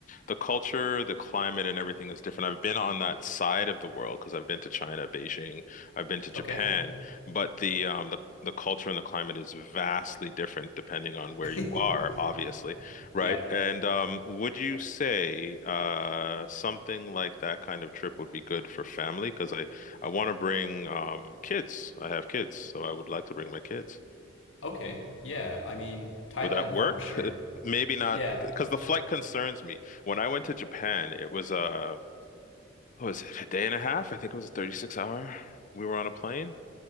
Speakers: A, on the left (about 40°); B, on the left (about 75°).
A: the culture, the climate, and everything is different. I've been on that side of the world because I've been to China, Beijing, I've been to Japan,
B: Okay,
A: but the um the The culture and the climate is vastly different depending on where
B: <laughs>
A: you are, obviously, right?
B: yeah,
A: And um, would you say uh, something like that kind of trip would be good for family? Because I, I want to bring um, kids. I have kids, so I would like to bring my kids.
B: okay, yeah. I mean Thailand
A: Would that work?
B: for sure.
A: Maybe not,
B: Yeah,
A: because the flight concerns me. When I went to Japan, it was a what was it, a day and a half? I think it was a 36 hour. We were on a plane,